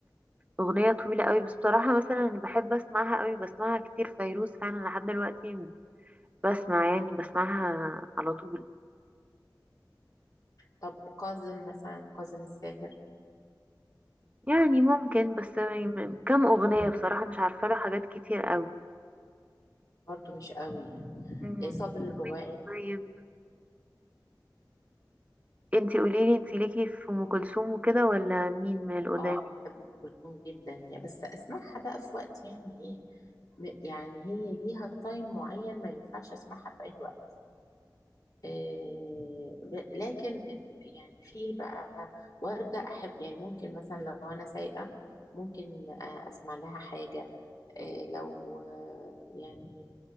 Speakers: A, on the right; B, on the left.
A: أغنية طويلة قوي بس بصراحة مثلا بحب أسمعها قوي بسمعها كتير فيروز فعلا لحد دلوقتي بسمع يعني بسمعها على طول
B: طب كاظم مثلا كاظم الساهر
A: يعني ممكن بس كم أغنية بصراحة مش عارفة له حاجات كتير قوي
B: برضو مش قوي يعني
A: مم.
B: إيه صابر الرباعي
A: طيب انتي قوليلي انتي ليكي في ام كلثوم وكده ولا مين من القدام
B: اه بحب ام كلثوم جدا يعني بس اسمعها بقى في وقت يعني ايه م- يعني هي ليها تايم معين ما ينفعش اسمعها في اي وقت إيه ب- لكن ال- يعني في بقى وردة احب يعني ممكن مثلا لو انا سايقة ممكن آه، اسمع لها حاجة إيه لو آه، يعني